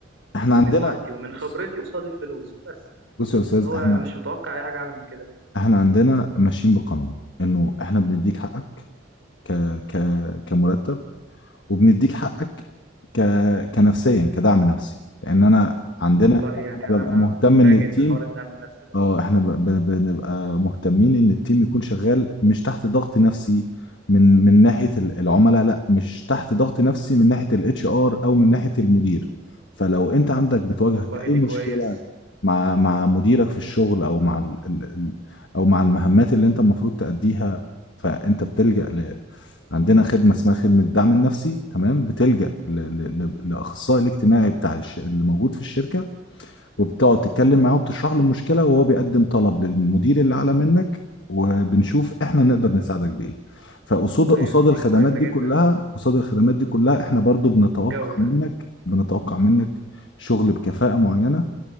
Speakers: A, on the left; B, on the right.
A: احنا
B: من
A: عندنا
B: وقتي ومن خبرتي
A: بص
B: قصاد الفلوس بس
A: بص يا استاذ
B: هو
A: احنا
B: انا مش متوقع اي حاجه اعلى من كده
A: احنا عندنا ماشيين بقانون انه احنا بنديك حقك ك ك كمرتب وبنديك حقك ك كنفسيا كدعم نفسي لان انا عندنا
B: والله يعني انا
A: انا ببقى مهتم
B: متفاجئ
A: ان التيم
B: من حوار الدعم النفسي ده
A: اه احنا ب- ب- بنبقى مهتمين ان التيم يكون شغال مش تحت ضغط نفسي من من ناحية ال- العملاء لا مش تحت ضغط نفسي من ناحية الاتش ار او من ناحية المدير فلو انت عندك بتواجهك
B: والله دي
A: اي مشكلة
B: كويس
A: مع مع مديرك في الشغل او مع ال ال ال او مع المهمات اللي انت المفروض تأديها فانت بتلجأ ل... عندنا خدمة اسمها خدمة الدعم النفسي تمام بتلجأ ل... ل... ل... لأخصائي الاجتماعي بتاع الش... اللي موجود في الشركة وبتقعد تتكلم معاه وبتشرح له المشكلة وهو بيقدم طلب للمدير اللي أعلى منك وبنشوف احنا نقدر نساعدك بإيه فقصاد
B: والله
A: قصاد
B: يعني دي
A: الخدمات
B: كويسة
A: دي
B: جدا
A: كلها قصاد الخدمات دي كلها احنا برضو بنتوقع
B: الجودة
A: منك بنتوقع منك شغل بكفاءة معينة